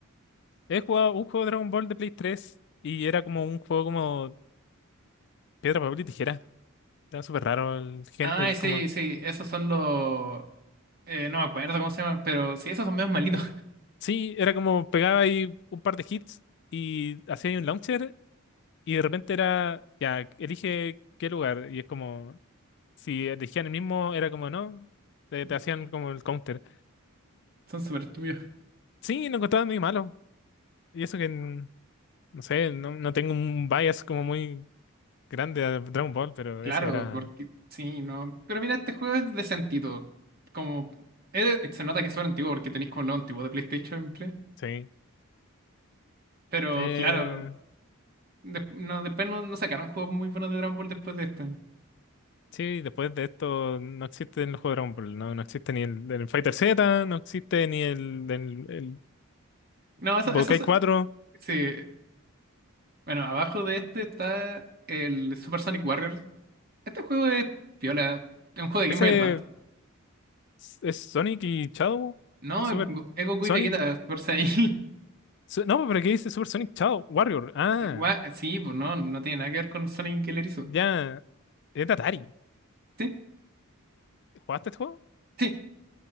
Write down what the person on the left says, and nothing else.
He jugado un juego de Dragon Ball de Play 3 y era como un juego como piedra, papel y tijera. Era súper raro el gen,
el
como.
Sí, era como pegaba ahí un par de hits y hacía ahí un launcher y de repente era, ya, elige qué lugar. Y es como, si elegían el mismo, era como, no, te, te
hacían como el counter.
Sí, lo encontraba muy malo. Y eso que, n- no sé, no, no tengo un bias como muy grande a Dragon Ball, pero
ese era,
sí.
Eh,
sí, después de esto no existe en los juegos de Dragon Ball, no, no existe ni el, del Fighter Z, no existe ni el, del
Budokai
4.
Ese
es, es Sonic y Shadow.
Super
Sonic.
Su- no, pero ¿qué dice Super Sonic Shadow Warrior? Ah,
ya. Es de Atari.
¿Jugaste este juego?